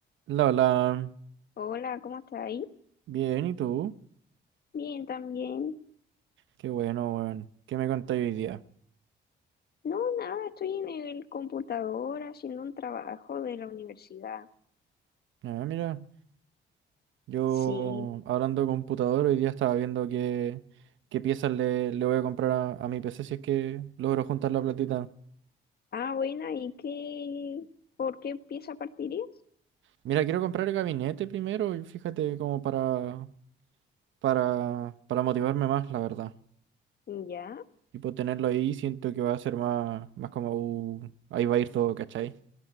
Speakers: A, on the right; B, on the left.
A: La, la,
B: Hola, ¿cómo estás ahí?
A: bien, ¿y tú?
B: Bien, también.
A: Qué bueno, weón. ¿Qué me contáis hoy día?
B: No, nada, estoy en el computador haciendo un trabajo de la universidad.
A: Ah, mira, yo
B: Sí.
A: hablando de computador, hoy día estaba viendo qué, qué piezas le, le voy a comprar a, a mi PC si es que logro juntar la platita.
B: Ah, bueno, ¿y qué? ¿Por qué pieza partirías?
A: Mira, quiero comprar el gabinete primero y fíjate como para, para, para motivarme más, la verdad.
B: Ya,
A: Y por tenerlo ahí siento que va a ser más, más como, uh, ahí va a ir todo, ¿cachai?